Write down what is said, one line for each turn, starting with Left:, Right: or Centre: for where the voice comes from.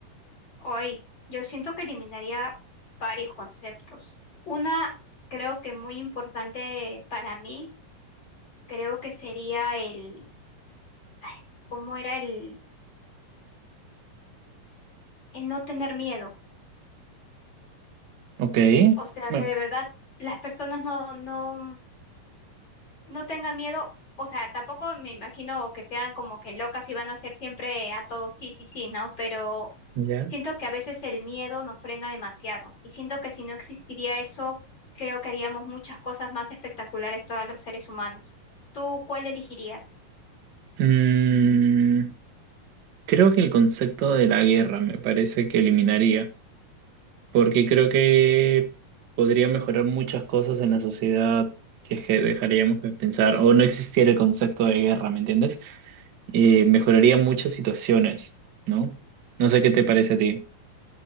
Left: Hoy, yo siento que eliminaría varios conceptos. Una, creo que muy importante para mí, creo que sería el, ay, ¿cómo era el, el no tener miedo?
Right: Ok,
Left: O sea,
Right: bueno,
Left: que de verdad las personas no, no no tenga miedo, o sea, tampoco me imagino que sean como que locas y van a ser siempre a todos sí, sí, sí, ¿no? Pero
Right: ya.
Left: siento que a veces el miedo nos frena demasiado y siento que si no existiría eso, creo que haríamos muchas cosas más espectaculares todos los seres humanos. ¿Tú cuál elegirías?
Right: Mm, creo que el concepto de la guerra me parece que eliminaría, porque creo que podría mejorar muchas cosas en la sociedad si es que dejaríamos de pensar o no existiera el concepto de guerra, ¿me entiendes? Eh, mejoraría muchas situaciones, ¿no? No sé qué te parece a ti.